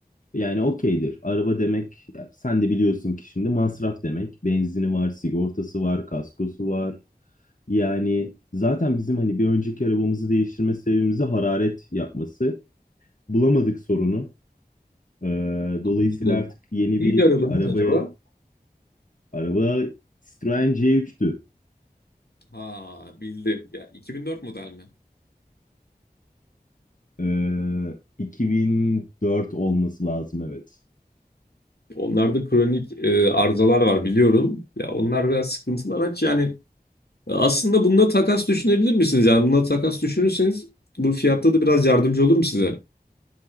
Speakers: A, on the left; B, on the left.
A: yani okeydir. Araba demek, ya sen de biliyorsun ki şimdi masraf demek. Benzini var, sigortası var, kaskosu var. Yani zaten bizim hani bir önceki arabamızı değiştirme sebebimizi hararet yapması. Bulamadık sorunu. Ee, dolayısıyla
B: Anladım.
A: artık yeni
B: Neydi
A: bir
B: arabanız
A: arabaya,
B: acaba?
A: araba Citroen C3'tü.
B: Ha bildim. Ya 2004 model mi?
A: Ee, 2004 olması lazım evet.
B: Onlarda kronik e, arızalar var biliyorum. Ya onlar biraz sıkıntılı araç. Yani e, aslında bununla takas düşünebilir misiniz? Yani bununla takas düşünürseniz bu fiyatta da biraz yardımcı olurum size.